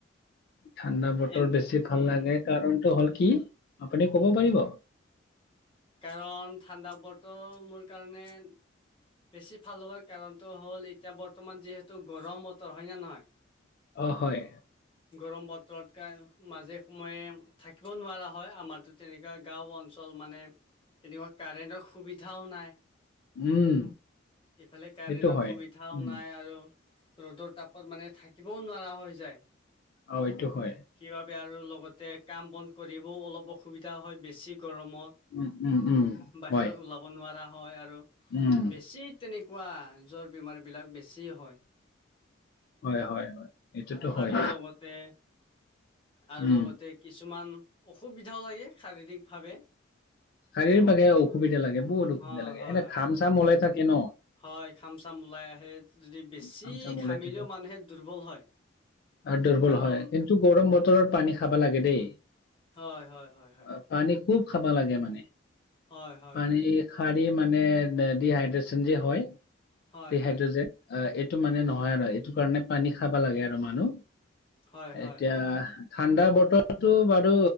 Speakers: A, on the left; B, on the left.
A: ঠাণ্ডা বতৰ
B: এন
A: বেছি ভাল
B: উম
A: লাগে, কাৰণটো হ'ল কি কি? আপুনি ক'ব পাৰিব?
B: কাৰণ ঠাণ্ডা বতৰ মোৰ কাৰণে বেছি ভাল হোৱাৰ কাৰণটো হ'ল, এতিয়া বৰ্তমান যিহেতু গৰম বতৰ, হয়ে নে নহয়?
A: অ হয়।
B: গৰম বতৰতকৈ মাজে সময়ে থাকিব নোৱাৰা হয়। আমাৰতো তেনেকুৱা গাঁও অঞ্চল মানে তেনেকুৱা কাৰেনৰ সুবিধাও নাই।
A: উম,
B: ইফালে কাৰেণ্টৰ
A: এইটো হয়
B: সুবিধাও
A: উম,
B: নাই আৰু ৰ'দৰ তাপত মানে থাকিবও নোৱাৰা হৈ যায়।
A: অ এইটো হয়।
B: সেইবাবে আৰু লগতে কাম-বন কৰিবও অলপ অসুবিধা হয়, বেছি গৰমত,
A: উম, উম, উম,
B: বাহিৰত
A: হয়।
B: ওলাব নোৱাৰা হয় আৰু
A: উম।
B: সি তেনেকুৱা জ্বৰ বেমাৰবিলাক বেছি হয়।
A: হয়-হয়-হয় এইটোটো হয়।
B: আৰু লগতে আৰু
A: উম,
B: লগতে কিছুমান অসুবিধাও লাগে শাৰীৰিক ভাৱে।
A: সৰিপাকে অসুবিধা লাগে, বহুত অসুবিধা
B: হয়
A: লাগে।
B: হয়
A: এনে
B: হয়।
A: ঘ খাম চাম ওলাই থাকে ন।
B: হয়। ঘাম-চাম ওলাই আহে। যদি বেছি
A: ঘাম চাম
B: ঘামিলেও
A: ওলাই থাকে
B: মানুহে দুৰ্বল হয়।
A: আৰু দুৰ্বল
B: কাৰণ
A: হয়। কিন্তু গৰম বতৰৰ পানী খাবা লাগে দেই।
B: হয়-হয়-হয়-হয়।
A: আহ, পানী খুব খাব লাগে মানে।
B: হয়-হয়-হয়।
A: পানী শাৰী এই মানে ডিহাইড্ৰেচন যে হয়।
B: হয়
A: ডিহাইড্ৰেজন
B: হয় হয়
A: এ অ টো মানে নহয়, আৰু এইটো কাৰণে পানী খাবা লাগে আৰু মানুহ।
B: হয় হয় হয়
A: এতিয়া
B: হয় হয়
A: ঠাণ্ডা বৰ্ত টো বাৰু